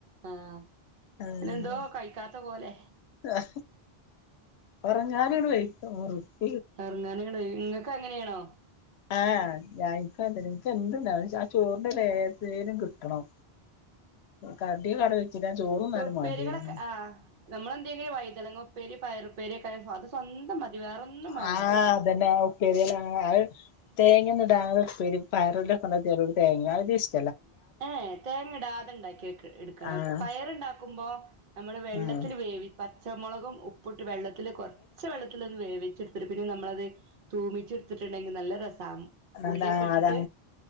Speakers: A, on the right (about 60°); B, on the left (about 85°).
A: ആഹ്
B: ഉ <unintelligible>
A: പിന്നെന്തോ കഴിക്കാത്ത പോലെ
B: ആ പറഞ്ഞാല ഇവി <unintelligible> ടെ വഴക്കറ
A: ഇറങ്ങാ <unintelligible> ന ഇട ഇങ്ങക്ക് അങ്ങനെയാണോ
B: ആഹ് ഞാൻപ്പ നിന <unintelligible> ക്ക് എന്ണ്ട ആ ചോറിന്റെ ലേഏതേനും കിട്ടണം കടിയ കട ഞാൻ ചോറുണ്ണാനും
A: ഉപ്പേരികളൊക്കെ
B: മാണ്ടില്ല
A: ആ നമ്മളെന്തെങ്കിലും വഴിതനങ്ങ ഉപ്പേരി പയർപ്പേരിയൊക്കെ ആയാൽ അത് സ്വന്തം മതി വേറൊന്നും വേണ്ട
B: ആഹ് അതന്നെ ഉപ്പേരില്ല തേങ്ങ ഒന്നും ഇടാതെ ഉപ്പേരി പയറുല്ലൊ <unintelligible> ക്കെണ്ട ചെറിയ ഒരു തേങ്ങ അത്‌ ജെ -
A: ഏ തേങ്ങ ഇടാതെ ഇണ്ടാക്കി എട് ക്കണം
B: ആഹ്
A: പയർണ്ടാക്കുമ്പോ നമ്മള് വെള്ളത്തിൽ
B: ആഹ്
A: വേവി പച്ചമുളകും ഉപ്പുട്ട് വെള്ളത്തില് കൊറച്ച് വെള്ളത്തിലൊന്ന് വേവി എടുത്തിട്ട് പിന്നെ നമ്മളത് തൂമിച്ചെടുത്തിട്ടുണ്ടെങ്കിൽ നല്ല രസം ഉള്ളിയൊക്കെ
B: അതാ
A: ഇട്ടിട്ട്
B: അത്